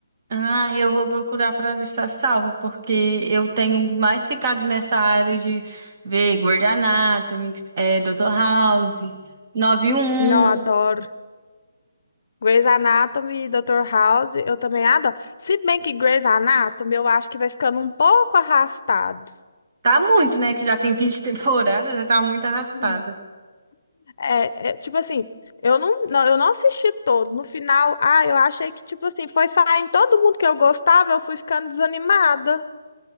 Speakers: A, on the right (about 35°); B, on the left (about 50°).
A: Ah, eu vou procurar pra deixar salva, porque eu tenho mais ficado nessa área de ver Grey's Anatomy, é, Dr. House, nove um.
B: Não,
A: um.
B: adoro. Grey's Anatomy, Dr. House, eu também adoro. Se bem que Grey's Anatomy, eu acho que vai ficando um pouco arrastado.
A: Tá muito, né? Que já tem 20 temporadas, já tá muito arrastada.
B: Hum. É, é, tipo assim, eu não, não, eu não assisti todos. No final, ah, eu achei que, tipo assim, foi saindo todo mundo que eu gostava, eu fui ficando desanimada.